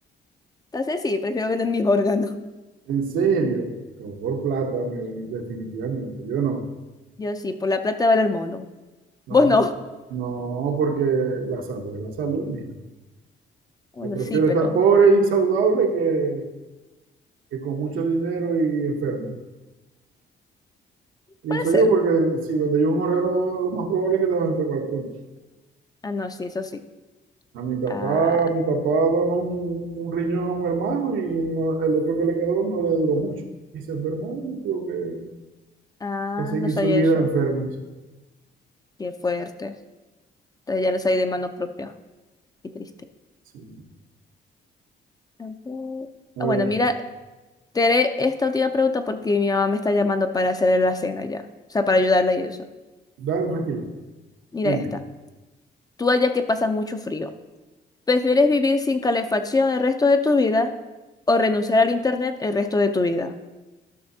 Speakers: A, on the left; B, on the right.
A: Entonces sí, prefiero vender mis órganos.
B: En serio, pero por plata, Melanie, definitivamente. Yo no,
A: Yo sí, por la plata vale el mono.
B: no,
A: Vos no.
B: no, porque la salud es la salud, mija.
A: Bueno,
B: Yo prefiero
A: sí, pero
B: estar pobre y saludable que, que con mucho dinero y enfermo. Pienso
A: puede ser.
B: yo, porque si me yo un órgano, lo más probable es que te vas a enfermar pronto.
A: Ah, no, sí, eso sí.
B: A mi papá,
A: Ah,
B: mi papá donó un, un riñón a un hermano y no- el otro que le quedó no le duró mucho. Y se enfermó y tuvo que,
A: ah,
B: que seguir
A: no sabía
B: su vida
A: eso.
B: enfermo. o sea,
A: Qué fuerte. Entonces ya lo sabía de mano propia. Qué triste.
B: sí.
A: A ver.
B: A
A: Ah,
B: ver,
A: bueno, mira, te haré esta última pregunta porque mi mamá me está llamando para hacerle la cena ya. O sea, para ayudarla y eso.
B: dale, tranquilo,
A: Mira
B: dime.
A: esta. Tú allá que pasa mucho frío. ¿Prefieres vivir sin calefacción el resto de tu vida o renunciar al internet el resto de tu vida?